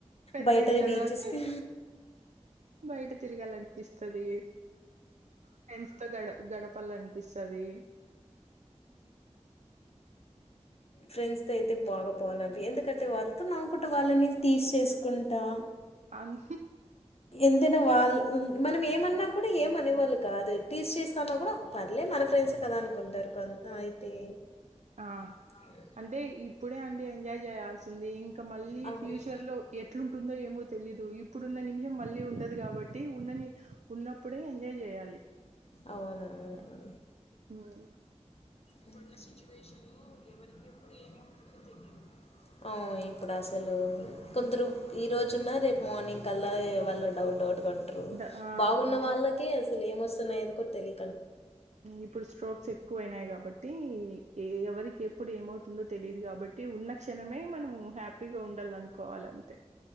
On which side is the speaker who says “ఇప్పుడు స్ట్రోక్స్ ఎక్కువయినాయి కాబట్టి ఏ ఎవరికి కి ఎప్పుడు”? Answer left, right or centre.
Right